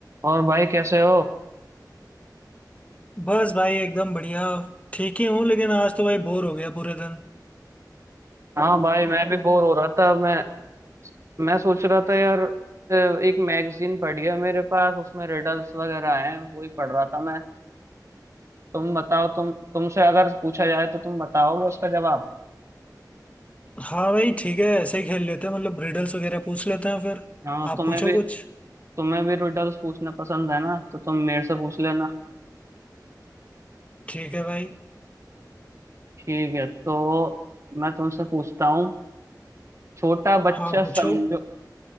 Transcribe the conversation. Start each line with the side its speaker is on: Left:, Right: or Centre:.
Right: और भाई कैसे हो
Left: बस भाई एकदम बढ़िया ठीक ही हूँ लेकिन आज तो भाई बोर हो गया पूरे दिन
Right: हाँ भाई मैं भी बोर हो रहा था मैं मैं सोच रहा था यार अ, एक मैगजीन पढ़ी है मेरे पास उसमें रिडल्स वगैरह हैं वही पढ़ रहा था मैं तुम बताओ तुम तुमसे अगर पूछा जाए तो तुम बताओगे उसका जवाब
Left: हाँ भाई ठीक है ऐसे ही खेल लेते हैं मतलब रिडल्स वगैरह पूछ लेते हैं फिर
Right: हाँ
Left: आप
Right: तुम्हें
Left: पूछो
Right: भी
Left: कुछ
Right: तुम्हें भी रिडल्स पूछना पसंद है ना तो तुम मेरे से पूछ लेना
Left: ठीक है भाई
Right: ठीक है तो मैं तुमसे पूछता हूँ छोटा बच्चा
Left: हाँ पूछो
Right: समझो